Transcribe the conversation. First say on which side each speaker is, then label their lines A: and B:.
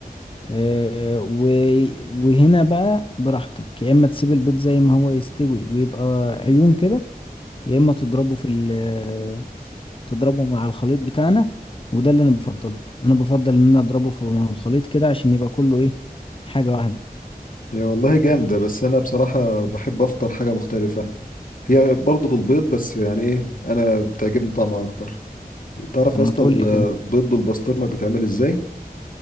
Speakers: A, on the left; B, on the left.
A: آه، و- وهنا بقى براحتك يا إما تسيب البيض زي ما هو يستوي ويبقى عيون كده يا اما تضربه في ال تضربه مع الخليط بتاعنا وده اللي انا بفضله انا بفضل ان انا اضربه في مع الخليط كده عشان يبقى كله ايه حاجة واحدة
B: هي والله جامدة بس انا بصراحة بحب افطر حاجة مختلفة هي برضه بالبيض بس يعني ايه انا بتعجبني طعمها اكتر تعرف
A: طب
B: يا
A: ما
B: اسطى
A: تقول
B: البيض
A: لي كده
B: بالبسطرمه بيتعمل ازاي